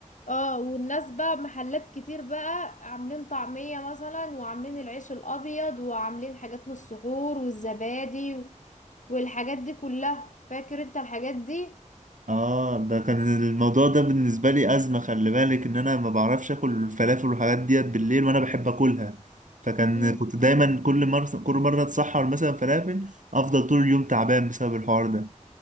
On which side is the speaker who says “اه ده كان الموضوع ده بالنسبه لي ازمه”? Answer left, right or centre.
Right